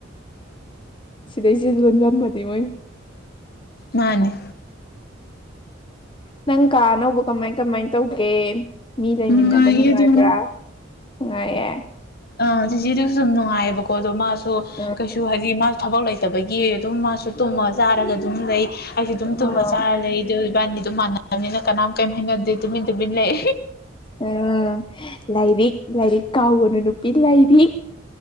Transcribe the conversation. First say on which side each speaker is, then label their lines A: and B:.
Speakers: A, on the left; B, on the left.
A: ꯁꯤꯗꯩꯁ‌ꯦ ꯂꯣꯟꯂꯝꯃꯗꯤ ꯃꯣꯏ
B: ꯃꯥꯅꯦ
A: ꯅꯪ ꯀꯥ ꯑꯅꯧꯕ ꯀꯃꯥꯏ ꯀꯃꯥꯏ ꯇꯧꯒꯦ ꯃꯤ ꯂꯩꯃꯤꯟꯅꯕ
B: ꯅꯨꯡꯉꯥꯏꯌꯦ
A: ꯅꯨꯡꯉꯥꯏꯕ꯭ꯔꯥ
B: ꯑꯗꯨꯝ
A: ꯅꯨꯡꯉꯥꯏꯌꯦ
B: ꯑ ꯆꯤꯖꯤꯗꯨꯁꯨ ꯑꯗꯨꯨꯝ ꯅꯨꯡꯉꯥꯏꯌꯦꯕꯀꯣ ꯑꯗꯣ ꯃꯥꯁꯨ
A: ꯑ
B: ꯀꯩꯁꯨ ꯍꯥꯏꯗꯤ ꯃꯥꯁꯨ ꯊꯕꯛ ꯂꯩ ꯇꯕꯒꯤ ꯑꯗꯨꯝ ꯃꯥꯁꯨ ꯇꯨꯝꯃ ꯆꯥꯔꯒ ꯑꯗꯨꯝ ꯂꯩ ꯑꯩꯁꯨ ꯑꯗꯨꯝ ꯇꯨꯝꯃ
A: ꯑꯣ
B: ꯆꯥꯔ ꯂꯩ ꯑꯗꯨ ꯏꯕꯥꯅꯤꯗꯨꯣ ꯃꯥꯟꯅꯅꯕꯅꯤꯅ ꯀꯅꯥꯝ ꯀꯔꯤꯝ ꯍꯥꯏꯅꯗꯦ ꯇꯨꯃꯤꯟ ꯇꯨꯃꯤꯟ ꯂꯩ
A: ꯎꯝ ꯂꯥꯏꯔꯤꯛ ꯂꯥꯏꯔꯤꯛ ꯀꯥꯎꯕꯅꯨ ꯅꯨꯄꯤ ꯂꯥꯏꯔꯤꯛ